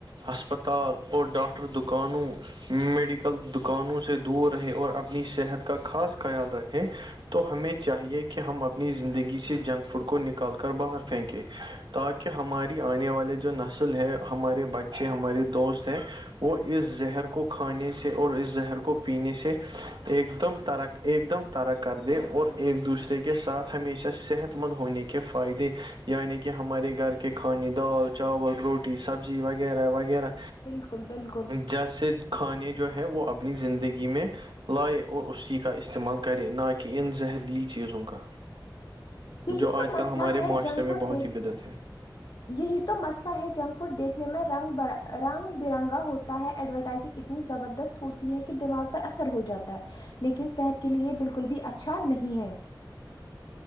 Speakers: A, on the right; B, on the left.
A: ہسپتال اور ڈاکٹر دکانوں میڈیکل دکانوں سے دور رہے اور اپنی صحت کا خاص خیال رکھے تو ہمیں چاہیے کہ ہم اپنی زندگی سے جنک فوڈ کو نکال کر باہر پھینکیں تاکہ ہماری آنے والے جو نسل ہے ہمارے بچے ہمارے دوست ہیں وہ اس زہر کو کھانے سے اور اس زہر کو پینے سے ایک دم ترک ایک دم طرک کر دے اور ایک دوسرے کے ساتھ ہمیشہ صحت مند ہونے کے فائدے یعنی کہ ہمارے گھر کے کھانے دال چاول روٹی سبزی وغیرہ وغیرہ
B: بالکل بالکل
A: جیسے کھانے جو ہے وہ اپنی زندگی میں لائے اور اسی کا استعمال کرے نہ کہ ان زہریلی چیزوں کا
B: یہی
A: جو
B: تو
A: آج کل
B: مسئلہ
A: ہمارے
B: ہے
A: معاشرے
B: جنک
A: میں
B: فوڈ
A: بہت
B: دیکھ
A: ہی بدت ہے
B: یہی تو مسئلہ ہے جنک فوڈ دیکھنے میں رنگ رنگ برنگا ہوتا ہے ایڈورٹائزنگ اتنی زبردست ہوتی ہے کہ دماغ پر اثر ہو جاتا ہے لیکن صحت کے لیے بالکل بھی اچھا نہیں ہے